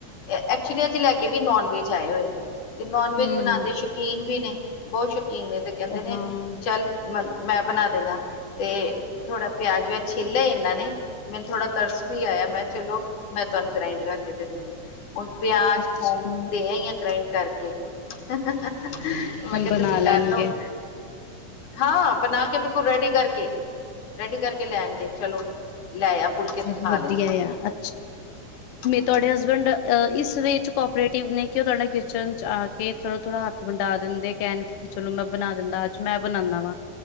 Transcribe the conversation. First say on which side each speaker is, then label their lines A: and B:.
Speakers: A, on the left; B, on the left.
A: ਐਕਚੁਲੀ ਅੱਜ ਲੈ ਕੇ ਵੀ ਨੋਨ ਵੇਜ ਆਏ ਹੋ ਏ ਤੇ ਨਾਨਵੇਜ
B: ਹਮ
A: ਬਣਾਉਣ ਦੇ। ਸ਼ੌਕੀਨ ਵੀ ਨੇ ਬਹੁਤ ਸ਼ੌਕੀਨ ਨੇ ਤੇ ਕਹਿੰਦੇ ਨੇ
B: ਹਾਂ
A: ਚਲ ਮੈਂ ਬਣਾ ਦਿੰਨਾ। ਤੇ ਥੋੜਾ ਪਿਆਜ ਵਿਆਜ ਛੀਲੇ ਇਹਨਾਂ ਨੇ। ਮੈਨੂੰ ਥੋੜਾ ਤਰਸ ਵੀ ਆਇਆ ਮੈਂ ਚਲੋ ਮੈਂ ਤੁਹਾਨੂੰ ਗਰਾਇੰਡ ਕਰਕੇ ਦੇ ਦਨੀਆ। ਹੁਣ ਪਿਆਜ
B: ਅੱਛਾ
A: ਹੁਣ ਦੇ ਆਈਆਂ ਗਰਾਇੰਡ ਕਰਕੇ ਮੈਂ
B: ਹੁਣ
A: ਕਿਹਾ
B: ਬਣਾ
A: ਤੁਸੀਂ
B: ਲੈਣਗੇ
A: ਕਰ ਲਓ ਹਾਂ ਬਣਾ ਕੇ ਬਿਲਕੁਲ ਰੈਡੀ ਕਰਕੇ ਰੈਡੀ ਕਰਕੇ ਲੈ ਆਣਗੇ ਚਲੋ ਲੈ ਆ ਫੁਲਕੇ ਤੇ
B: ਬਹੁਤ
A: ਖਾ
B: ਵਧੀਆ
A: ਲੈਂਦੇ
B: ਆ
A: ਹਮ
B: ਤੁਹਾਡੇ ਹਸਬੈਂਡ ਇਸ ਵੇ ਚ ਕੋਆਪਰੇਟਿਵ ਨੇ ਕਿ ਉਹ ਤੁਹਾਡੇ ਨਾਲ ਕਿਚਨ ਚ ਆ ਕੇ ਥੋੜਾ ਥੋੜਾ ਹੱਥ ਵਟਾ ਦਿੰਦੇ। ਚਲੋ ਮੈਂ ਬਣਾ ਦਿੰਦਾ ਅੱਜ ਮੈਂ ਬਣਾਉਦਾ ਵਾਂ